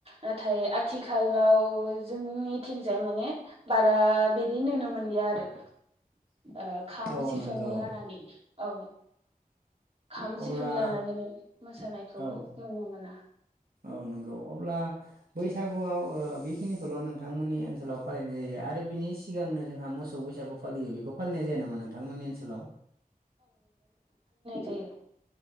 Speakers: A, on the right; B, on the right.
A: नाथाय आथिखालाव जोंनिथिंजाय माने बारा बिदि नुनो मोनलिया आरो
B: <unintelligible>
A: ओ खाम
B: औ
A: सिफुं
B: नंगौ
A: लानानै औ खाम
B: अब्ला
A: सिफुं लानानै मोसानायखौ
B: औ
A: नुनो मोना
B: औ नंगौ अब्ला बैसागुआव ओ बेखिनिखौल' नोंथांमोननि ओनसोलाव फालिनाय जायो आरो बिनि सिगांनो जोंहा मोसौ बैसाग सागो फालियो बेखौ फालिनाय जाया नामा नोंथांमोननि ओनसोलाव
A: दे